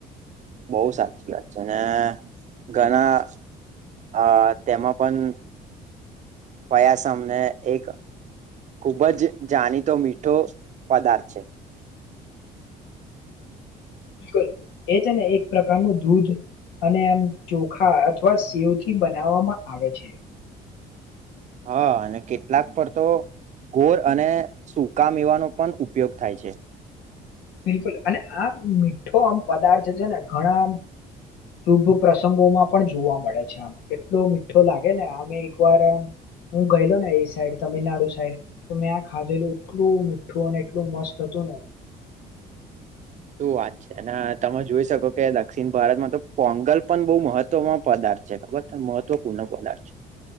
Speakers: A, on the right (about 45°); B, on the left (about 80°).
A: બહુ સાચી વાત છે અ ઘણા અ તેમાં પણ કયાસમને એક ખુબ જ જાણીતો મીઠો પદાર્થ છે.
B: બિલકુલ એ છે ને એક પ્રકારનું દૂધ. અને આમ ચોખા અથવા સેવ થી બનાવવામાં આવે છે.
A: હા અને કેટલાક પર તો ઘોર અને સુકા મેવાનો પણ ઉપયોગ થાય છે.
B: બિલકુલ અને આમ મીઠો આમ પદાર્થ છે ને ઘણા શુભ પ્રસંગોમાં પણ જોવા મળે છે આમ એટલો મીઠો લાગે ને આમે એકવાર એમ. હું ગયેલો ને એ સાઈડ તમિલનાડુ સાઈડ તો મેં આ ખાધેલું એટલું મીઠું અને એટલું મસ્ત હતું. તું ને.
A: શું વાત છે અને તમે જોઈ શકો કે દક્ષિણ ભારતમાં તો પોંગલ પણ બહુ મહત્વમાં પદાર ખબર મહત્વપૂર્ણ પ્રકારછે